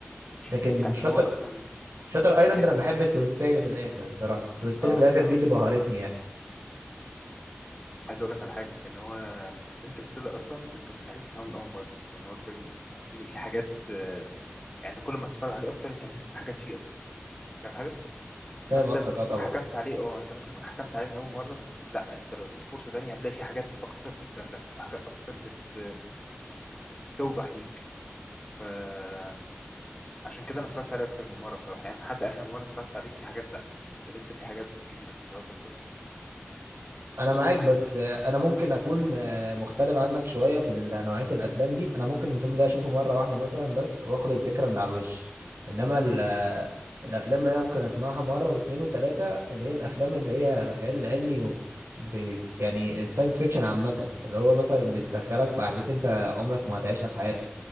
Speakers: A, on the left; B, on the right.
A: انت
B: لكن
A: عارف
B: شاطر
A: ان هو اصلا
B: شاطر ايلاند
A: اسف
B: انا بحب التويستاية اللي في الاخر الصراحة التويستاية
A: اه
B: اللي في الاخر
A: اه
B: دي اللي بهرتني يعني
A: عايز اقول لك على حاجه ان هو انترستيلر اصلا انت مستحيل تفهمه من اول مره يعني هو الفيلم الفيلم فيه حاجات آه، يعني انت كل ما تتفرج عليه اكتر انت هتفهم حاجات فيه اكتر فاهم حاجه
B: فاهم
A: فانت
B: قصدك
A: ممكن
B: اه
A: تكون
B: طبعا
A: حكمت عليه اه انت ممكن تكون حكمت عليه من اول مره بس لا انت لو اديته فرصه تانية هتلاقي فيه حاجات اكتر بتبان لك وحاجات اكتر بت... بت... بت... بتوضح ليك فعشان كده انا اتفرجت عليه اكتر من مره بصراحه يعني لحد اخر مره اتفرجت عليه في حاجات لا ده لسه في حاجات جديده بتظهر لك برضه
B: انا معاك بس آه، انا ممكن اكون آه، مختلف عنك شويه في ال- نوعيه الافلام دي انا ممكن الفيلم ده اشوفه مره واحده مثلا بس واخد الفكره اللي على الوش انما
A: مم.
B: ال- آه، الافلام اللي انا ممكن اسمعها مره واتنين وتلاته اللي هي الافلام اللي هي الخيال العلمي و... ب... يعني الساينس فيكشن عامه اللي هو مثلا
A: مم.
B: بتدخلك في احداث انت عمرك ما هتعيشها في حياتك